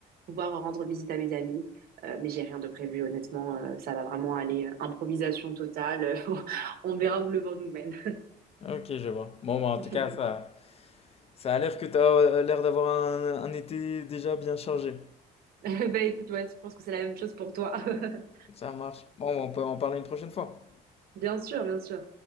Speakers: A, on the right; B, on the left.
A: pouvoir rendre visite à mes amis. Euh, mais j'ai rien de prévu, honnêtement, euh, ça va vraiment aller euh, improvisation totale. euh, <laughs> On verra où le vent nous mène.
B: Ok, je vois. Bon, bah, en
A: <laughs>
B: tout cas, ça, ça a l'air que tu as l'air d'avoir un un été déjà bien chargé.
A: bah écoute, ouais, je pense que c'est la même chose pour toi. <laughs>
B: Ça marche. Bon, on peut en parler une prochaine fois.
A: bien sûr, bien sûr.